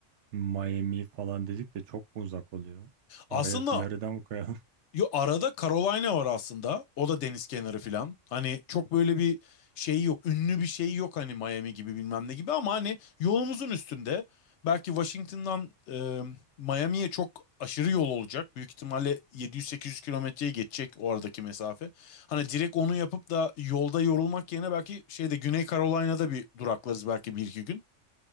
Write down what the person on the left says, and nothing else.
Aslında
yo, arada Carolina var aslında. O da deniz kenarı falan. Hani çok böyle bir şey yok. Ünlü bir şey yok hani Miami gibi bilmem ne gibi ama hani yolumuzun üstünde. Belki Washington'dan e, Miami'ye çok aşırı yol olacak. Büyük ihtimalle 700-800 kilometreye geçecek o aradaki mesafe. Hani direkt onu yapıp da yolda yorulmak yerine belki şeyde Güney Carolina'da bir duraklarız belki bir iki gün.